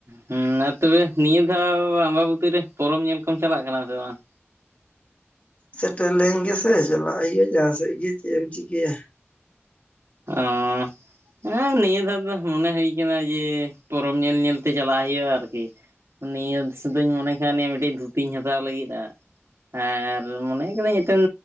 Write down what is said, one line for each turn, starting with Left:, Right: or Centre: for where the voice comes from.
Right: ᱦᱩᱸ ᱟᱨ ᱛᱚᱵᱮ ᱱᱤᱭᱟᱹ ᱫᱷᱟᱣ ᱟᱢᱵᱟᱵᱚᱛᱤ ᱨᱮ ᱯᱚᱨᱚᱵᱽ ᱧᱮᱞ ᱠᱚᱢ ᱪᱟᱞᱟᱜ ᱠᱟᱱᱟ ᱥᱮ ᱵᱟᱝ?
Left: ᱥᱮᱴᱮᱨ ᱞᱮᱱ ᱜᱮᱥᱮ ᱪᱟᱞᱟᱜ ᱦᱩᱭᱩᱜᱼᱟ ᱡᱟᱦᱟᱸ ᱥᱮᱫ ᱜᱮ ᱪᱮᱫ ᱮᱢ ᱪᱤᱠᱟᱹᱭᱟ?
Right: ᱚᱸᱻ ᱦᱮᱸ ᱱᱤᱭᱟᱹ ᱫᱷᱟᱣ ᱫᱚ ᱢᱚᱱᱮ ᱦᱩᱭ ᱠᱟᱱᱟ ᱡᱮ ᱯᱚᱨᱚᱵᱽ ᱧᱮᱞ ᱧᱮᱞ ᱛᱮ ᱪᱟᱞᱟᱜ ᱦᱩᱭᱩᱜᱼᱟ ᱟᱨᱠᱤ ᱱᱤᱭᱟᱹ ᱥᱩᱫᱩᱧ ᱢᱚᱱᱮ ᱠᱟᱣᱱᱤᱡᱼᱟ ᱢᱤᱫᱴᱤᱡ ᱫᱷᱩᱛᱤᱧ ᱦᱟᱛᱟᱣ ᱞᱟᱹᱜᱤᱫᱼᱟ ᱾ ᱟᱨ ᱢᱚᱱᱮᱭᱟ ᱠᱟᱫᱟᱹᱧ ᱱᱤᱛᱚᱜ